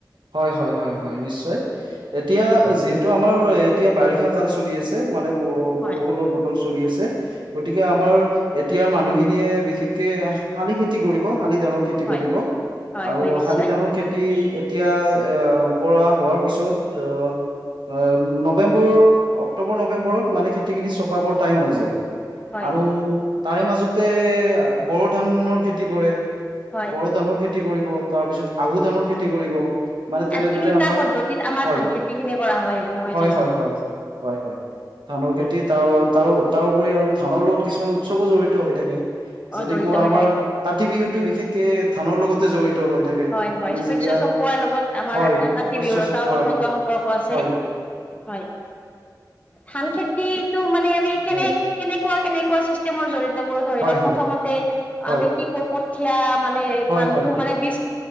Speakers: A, on the right (about 85°); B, on the left (about 20°).
A: হয় হয় হয় হয় নিশ্চয়, এতিয়া যিহেতু আমাৰ এতিয়া বাৰিষা কাল চলি আছে মানে ব-বৰষুণৰ
B: হয়
A: বতৰ চলি আছে। গতিকে আমাৰ এতিয়াৰ মানুহখিনিয়ে বিশেষকে শালি খেতি কৰিব, শালি ধানৰ খেতি
B: হয়
A: কৰিব।
B: হয়
A: আৰু
B: হয় নিশ্চয়
A: শালি ধানৰ খেতি এতিয়া এ, কৰা হোৱাৰ পিছত আহ আ, নৱেম্বৰ, অক্টোবৰ নৱেম্বৰত মানে খেতিখিনি চপাবৰ টাইম হৈ যায়।
B: হয়
A: আৰু তাৰে মাজতে বৰু ধানৰ খেতি কৰে।
B: হয়।
A: বৰু ধানৰ খেতি কৰিব তাৰ পিছত আহু ধানৰ খেতি কৰিব। মানে তেনেদৰে
B: তিনিটা
A: আমাৰ,
B: পদ্ধতিত আমাৰ
A: হয়,
B: ধান খেতি খিনি কৰা নহয়
A: হয়
B: জানো
A: হয় হয়, হয় হয়। ধানৰ খেতি তাৰ তাৰো তাৰোপৰি আৰু ধানৰ লগত কিছুমান উৎসৱো জড়িত হৈ থাকে। যেনেকুৱা
B: জড়িত হৈ
A: আমাৰ
B: থাকে।
A: কাতি বিহুতো বিশেষকে ধানৰ লগতে জড়িত হৈ থাকে।
B: হয় হয়
A: আমি
B: শস্য
A: যেতিয়া
B: চপোৱাৰ লগত আমাৰ
A: হয়
B: কাতি
A: শস্য
B: বিহুৰ এটা
A: চপোৱাৰ
B: ওতঃপ্ৰোত
A: আগত
B: সম্পৰ্ক আছে।
A: হয়
B: হয় ধান খেতিটো মানে আমি কেনে
A: হয়
B: কেনেকুৱা কেনেকুৱা চিছ কেমৰ জৰিয়তে কৰোঁ ধৰি
A: হয়
B: লওক প্ৰথমতে
A: হয় হয়
B: আমি কি ক-কঠীয়া মানে
A: হয়
B: ধানটো
A: হয় হয়
B: মানে বি